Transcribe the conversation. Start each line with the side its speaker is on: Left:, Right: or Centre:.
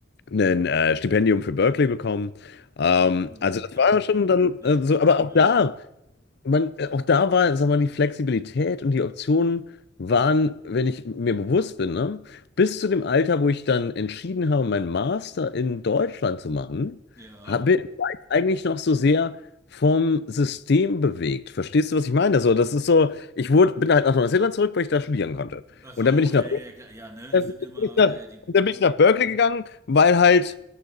Left: ein äh, Stipendium für Berkeley bekommen. Ähm,
Right: mm,
Left: also das
Right: ja.
Left: war schon dann
Right: <laughs>
Left: äh, so, aber auch
Right: Ja,
Left: da
Right: ne?
Left: man, äh, auch da war, sag mal, die Flexibilität und die Optionen waren, wenn ich mir bewusst bin, ne, bis zu dem Alter, wo ich dann entschieden habe, meinen Master in Deutschland zu machen,
Right: Ja.
Left: habe, war ich eigentlich noch so sehr vom System bewegt. Verstehst du, was ich meine? Also, das ist so, ich wurde, bin halt nach Neuseeland zurück, weil ich da studieren konnte.
Right: Ach so,
Left: Und dann bin ich
Right: ja,
Left: nach
Right: ja, klar, ja, ne?
Left: äh,
Right: Es
Left: bin
Right: sind immer,
Left: ich nach-
Right: ja, ja, die, mhm.
Left: Und dann bin ich nach Berkeley gegangen, weil halt,